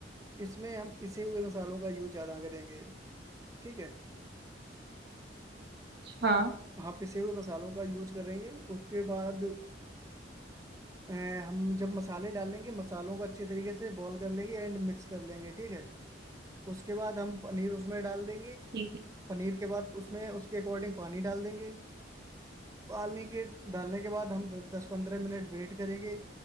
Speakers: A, on the right; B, on the right.
A: इसमें हम पिसे हुए मसालों का यूज ज्यादा करेंगे ठीक है
B: हाँ
A: हाँ पिसे हुए मसालों का यूज करेंगे उसके बाद अ, हम जब मसाले डालेंगे मसालों को अच्छे तरीके से बॉईल कर लेंगे एंड मिक्स कर लेंगे ठीक है उसके बाद हम पनीर उसमें डाल देंगे
B: ठीक है।
A: पनीर के बाद उसमें उसके अकॉर्डिंग पानी डाल देंगे पानी के डालने के बाद हम दस पंद्रह मिनट वेट करेंगे